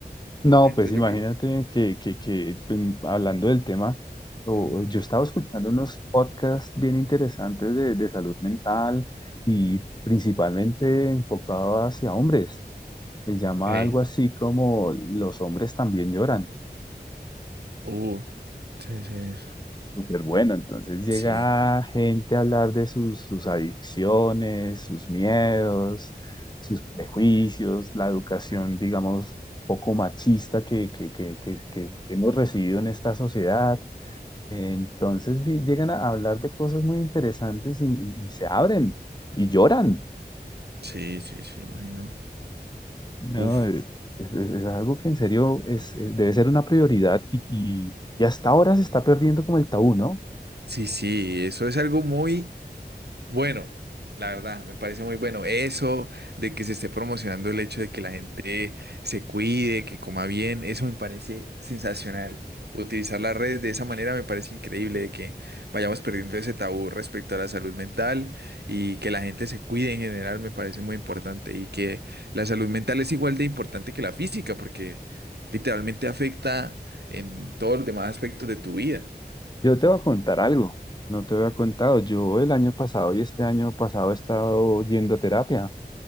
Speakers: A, on the left (about 25°); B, on the right (about 75°).
A: No,
B: Entonces
A: pues imagínate
B: yo creo...
A: que, que, que em, hablando del tema, o-
B: Ujú.
A: yo estaba escuchando unos podcasts bien interesantes de, de salud mental y principalmente enfocado hacia hombres. Se llama
B: Ey,
A: algo así como Los hombres también lloran.
B: Uh, sí, sí,
A: Súper bueno, entonces llega
B: sí,
A: gente a hablar de sus, sus adicciones, sus miedos, sus prejuicios, la educación, digamos, poco machista que, que, que, que, que hemos recibido en esta sociedad. Entonces vi- llegan a hablar de cosas muy interesantes y, y- y se abren y lloran.
B: sí, sí, sí, imagino.
A: No,
B: Uf,
A: es, es- es algo que en serio es,
B: ah,
A: es- debe ser una prioridad y, y, y hasta ahora se está perdiendo como el tabú, ¿no?
B: sí, sí, eso es algo muy... Bueno, la verdad, me parece muy bueno eso de que se esté promocionando el hecho de que la gente se cuide, que coma bien, eso me parece sensacional. Utilizar las redes de esa manera me parece increíble, de que vayamos perdiendo ese tabú respecto a la salud mental y que la gente se cuide en general me parece muy importante y que la salud mental es igual de importante que la física porque literalmente afecta en todos los demás aspectos de tu vida.
A: Yo te voy a contar algo, no te había contado. Yo el año pasado y este año pasado he estado yendo a terapia.